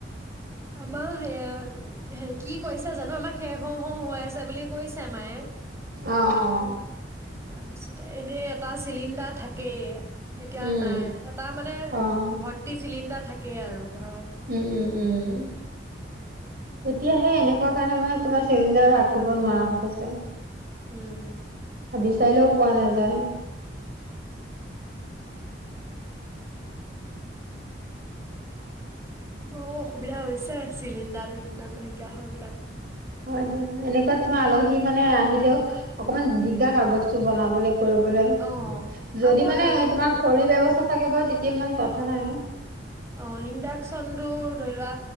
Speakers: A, on the right; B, on the right.
A: আমাৰ সেয়া কি কৈছা জানো আমাৰ শেষ হও হও হৈ আছে বুলি কৈছে মায়ে।
B: অ' অ'।
A: তাৰপিছতে এনেই এটা চিলিণ্ডাৰ থাকেই। এতিয়া
B: উম,
A: নাই এটা মানে
B: অ',
A: ভৰ্তি চিলিণ্ডাৰ থাকেই আৰু। ঘৰত
B: উম, উম। উম এতিয়াহে এনেকুৱা কাৰণে মানে তোমাৰ চিলিন্ডাৰ ৰাখিব নোৱাৰা হৈছে।
A: উম।
B: বিচাৰিলেও পোৱা নাযায়।
A: <unintelligible> অ অসুবিধা হৈছে চিলিণ্ডাৰ টিলিণ্ডাৰ নাইকিয়া হয় এইবিলাক।
B: হয় দিয়া এনেকুৱা তোমাৰ আলহী মানে আহিলেও অকমান দিগদাৰ হয় বস্তু বনাবলৈ কৰিবলৈ
A: অ
B: যদি
A: আকৌ
B: মানে
A: হেৰিত
B: তোমাৰ খৰিৰ ব্যৱস্থা থাকে বাৰু তে এতিয়া ইমান কথা নাই।
A: অ ইণ্ডাকচনতটো ধৰি লোৱা